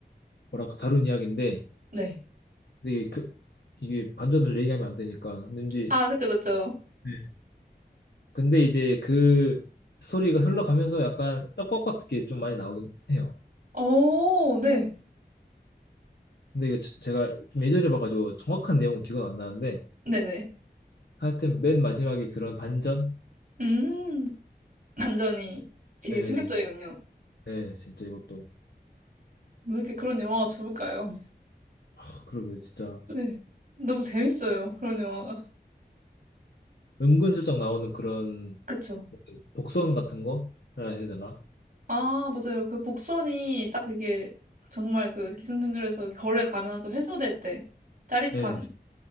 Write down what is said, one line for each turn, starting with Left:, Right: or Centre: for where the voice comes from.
Left: 뭐랄까 다룬 이야기인데
Right: 네.
Left: 근데 이게, 그, 이게 반전을 얘기하면 안 되니까 왠지
Right: 아 그쵸, 그쵸.
Left: 예, 근데 이제 그 소리가 흘러가면서 약간 떡밥 같은 게 좀 많이 나오긴 해요.
Right: 어 네.
Left: 근데 이게 제- 제가 좀 예전에 봐가지고 정확한 내용은 기억은 안 나는데
Right: 네네.
Left: 하여튼 맨 마지막에 그런 반전?
Right: 음. 반전이 되게
Left: 예,
Right: 충격적이군요.
Left: 예, 진짜 이것도
Right: 왜 이렇게 그런 영화가 좋을까요?
Left: 하, 그러게요, 진짜
Right: 네. 너무 재밌어요. 그런 영화가.
Left: 은근슬쩍 나오는 그런
Right: 그쵸.
Left: 복선 같은 거 해야 해야 되나?
Right: 아, 맞아요. 그 복선이 딱 이게 정말 그 기승전결에서 결에 가면 또 해소될 때 짜릿한.
Left: 예,